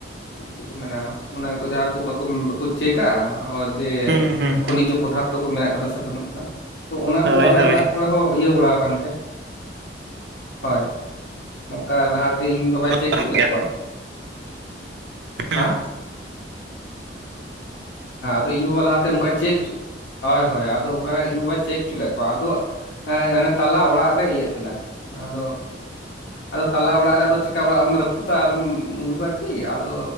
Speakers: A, on the left (about 80°); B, on the right (about 65°).
A: ᱪᱮᱫ ᱠᱚ ᱢᱮᱱᱟ ᱼᱼ ᱚᱱᱟ ᱠᱚ ᱡᱟᱦᱟᱸᱠᱩ ᱵᱟᱠᱩ ᱵᱟᱠᱩ ᱪᱮᱠᱼᱟ ᱡᱮ
B: ᱦᱩᱸ ᱦᱩᱸ
A: ᱠᱷᱚᱱᱤᱡᱚ ᱯᱚᱫᱟᱼᱼ ᱛᱚ ᱠᱚ ᱢᱮᱱᱟᱜ ᱠᱟᱫᱟ ᱥᱮ ᱵᱟᱹᱱᱩᱜ ᱟᱠᱟᱫᱟ ᱛᱚ ᱚᱱᱟ
B: ᱦᱳᱭ
A: ᱠᱚ ᱟᱞᱮ
B: ᱦᱳᱭ
A: ᱚᱲᱟᱜᱼᱼ ᱠᱚ ᱨᱮ ᱦᱚᱸ ᱤᱭᱟᱹ ᱵᱟᱲᱟ ᱟᱠᱟᱱ ᱜᱮᱭᱟ ᱦᱚᱭ ᱾ ᱱᱚᱝᱠᱟ ᱞᱟᱦᱟ ᱛᱮ ᱤᱧ ᱵᱟᱵᱟᱭ ᱪᱮᱠ
B: ᱠᱟᱱ
A: ᱦᱩᱪᱩ ᱞᱮᱫ
B: ᱜᱮᱭᱟ
A: ᱠᱚᱣᱟ ᱾
B: ᱦᱩᱸ
A: ᱦᱟᱸ ᱦᱮᱸᱼᱼ ᱤᱧ ᱵᱟᱵᱟ ᱞᱟᱦᱟ ᱛᱮ ᱪᱮᱠ ᱦᱩᱪᱩ, ᱦᱚᱭ ᱦᱚᱭ ᱟᱫᱚ ᱚᱱᱠᱟ ᱤᱧ ᱵᱟᱵᱟᱭ ᱪᱮᱠ ᱦᱩᱪᱩ ᱞᱮᱫ ᱠᱚᱣᱟ ᱟᱫᱚ ᱼᱼ ᱦᱮᱸ ᱚᱱᱮ ᱛᱟᱞᱟ ᱚᱲᱟᱜ ᱨᱮ ᱤᱭᱟᱹᱜ ᱠᱟᱱᱟ ᱟᱫᱚᱼᱼ ᱟᱫᱚ ᱛᱟᱞᱟ ᱚᱲᱟᱜ ᱨᱮ ᱟᱫᱚ ᱪᱮᱠᱟ ᱚᱲᱟᱜ ᱨᱟᱹᱯᱩᱫᱟ ᱟᱨ ᱮᱢ ᱩᱰᱩᱠᱟ ᱠᱤ ᱟᱫᱚ